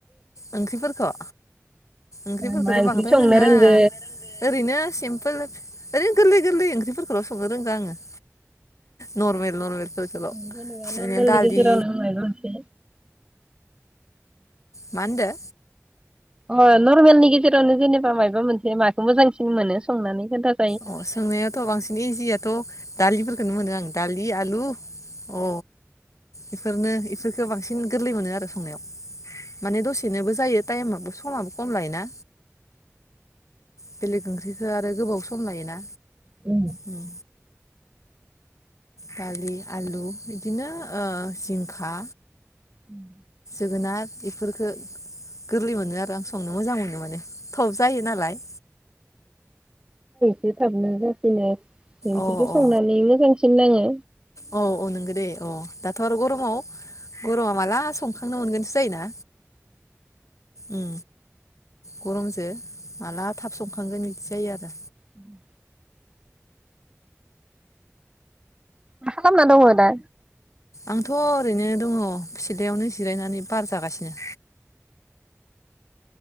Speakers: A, on the left; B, on the right.
A: ओंख्रिफोरखौ ओंख्रिफोरखौथ'
B: मा मा ओंख्रि
A: बांद्राय
B: संनो
A: रोङा
B: रोंगो
A: ओरैनो सिम्पोल ओरैनो गोरलै गोरलै ओंख्रिफोरखौल' संनो रोंगौ आङो नर्मेल नर्मेल फोरखौल'
B: जेनेबा नर्मेलनि
A: दालि
B: गेजेरावनो मायबा मोनसे
A: मा होनदो?
B: अ नर्मेलनि गेजेरावनो जेनेबा मायबा मोनसे माखौ मोजांसिन मोनो संनानै खोनथा
A: अ संनायाथ' बांसिन इजियाथ' दालिफोरखोनो मोनो आं दालि आलु अ इफोरनो इफोरफोरखौ बांसिन गोरलै मोनो आरो संनायाव माने दसेनोबो जायो टाइमाबो समाबो खम लायोना बेलेग ओंख्रिखौ आरो गोबाव सम लायोना
B: ए
A: उम दालि आलु बिदिनो जिंखा
B: उम
A: जोगोनार बेफोरखौ गोरलै मोनो आरो आं संनो मोजां मोनो माने थब जायो नालाय
B: ए थाबनो जासिनो बेफोरखौ
A: अ अ
B: संनानै मोजां सिन नाङो
A: औ औ नोंगो दे औ दाथ' आरो गरमाव गरमाव माला संखांनो मोनगोन जायो ना उम गरमसो माला थाब संखांगोन जायो आरो
B: उम मा खालामना दङ दा
A: आंथ' ओरैनो दङ सिलायावनो जिरायनानै बार जागासिनो